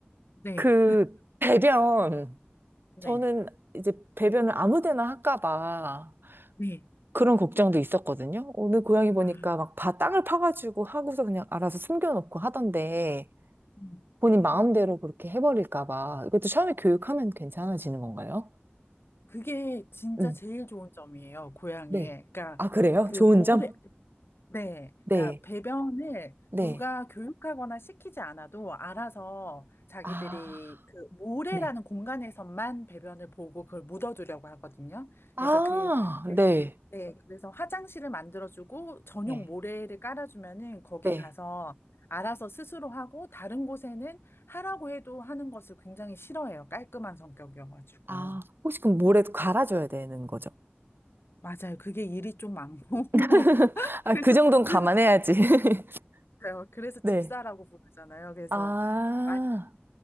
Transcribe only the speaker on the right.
그 배변
저는 이제 배변을 아무 데나 할까 봐
그런 걱정도 있었거든요. 오늘 고양이 보니까
막 바 땅을 파가지고 하고서 그냥 알아서 숨겨놓고 하던데
본인 마음대로 그렇게 해버릴까 봐. 이것도 처음에 교육하면 괜찮아지는 건가요?
음,
네.
아, 그래요?
좋은
점?
네,
네.
아,
네.
아,
네.
네,
네.
아, 혹시 그럼 모래 갈아줘야 되는 거죠?
<laughs> 아,
그 정도는
감안해야지. <laughs>
네.
아,